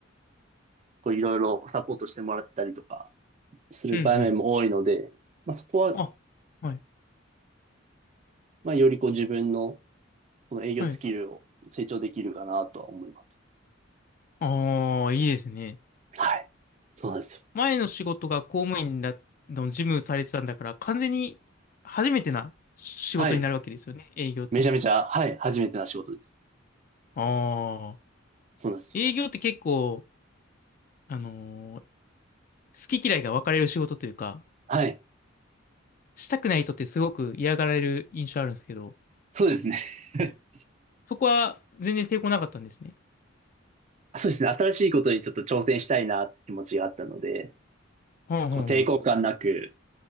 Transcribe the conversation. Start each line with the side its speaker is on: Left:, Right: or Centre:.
Right: こう、いろいろサポートしてもらったりとか、する場面も多いので、
Left: うんうん。
Right: まあ、そこは、
Left: あ、はい、
Right: まあ、よりこう、自分の、この営業スキルを成長できるかなとは思います。
Left: はい。ああ、いいですね。
Right: はい。そうなんですよ。
Left: 前の仕事が公務員だ、の事務されてたんだから、完全に初めてな仕事になるわけですよね。
Right: はい。
Left: 営業って。
Right: めちゃめちゃ、はい。初めてな仕事です。
Left: ああ。
Right: そうなんですよ。
Left: 営業って結構、あのー好き嫌いが分かれる仕事というか、
Right: はい。
Left: したくない人ってすごく嫌がられる印象あるんですけど、
Right: そうですね。<laughs>
Left: そこは全然抵抗なかったんですね。
Right: そうですね。新しいことにちょっと挑戦したいなって気持ちがあったので、
Left: はんはんはん。
Right: こう抵抗感なく